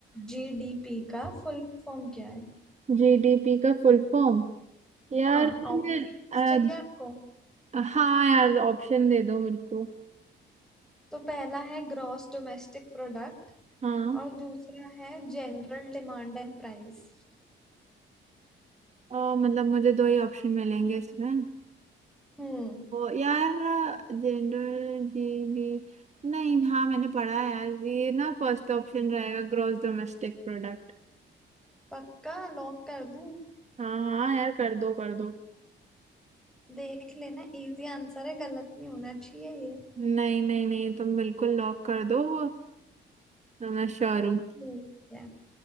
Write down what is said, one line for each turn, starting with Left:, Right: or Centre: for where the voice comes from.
Centre: जीडीपी का फुल फॉर्म क्या है
Right: जीडीपी का फुल फॉर्म यार
Centre: हाँ
Right: मैं
Centre: ऑप्शंस
Right: अ,
Centre: चाहिए आपको
Right: हाँ यार ऑप्शन दे दो मेरे को
Centre: तो पहला है ग्रॉस डोमेस्टिक प्रोडक्ट
Right: हाँ
Centre: और दूसरा है जनरल डिमांड एंड प्राइस
Right: अ, मतलब मुझे दो ही ऑप्शन मिलेंगे इसमें
Centre: हम्म
Right: ओ यार जनरल जीडी नहीं हाँ मैंने पढ़ा है यार ये ना फर्स्ट ऑप्शन रहेगा ग्रॉस डोमेस्टिक प्रोडक्ट
Centre: पक्का लॉक कर दूं
Right: हाँ हाँ यार कर दो कर दो
Centre: देख लेना इजी आंसर है गलत नहीं होना चाहिए ये
Right: नहीं नहीं नहीं तुम बिल्कुल लॉक कर दो वो मैं श्योर हूँ
Centre: ठीक है